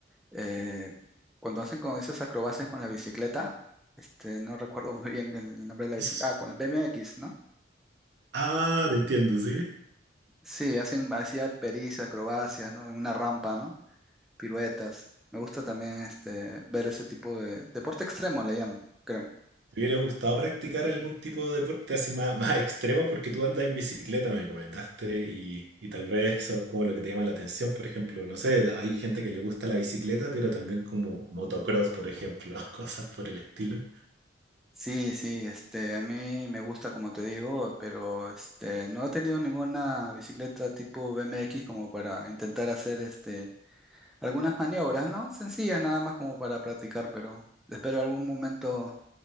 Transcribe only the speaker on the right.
Esos,
ah, te entiendo, ¿sí?
Me hubiera gustado practicar algún tipo de deporte así más, <laughs> más extremo porque tú andas en bicicleta, me comentaste, y, y tal vez eso es como lo que te llama la atención. Por ejemplo, no sé, hay gente que le gusta la bicicleta, pero también como motocross, por ejemplo, <laughs> cosas por el estilo.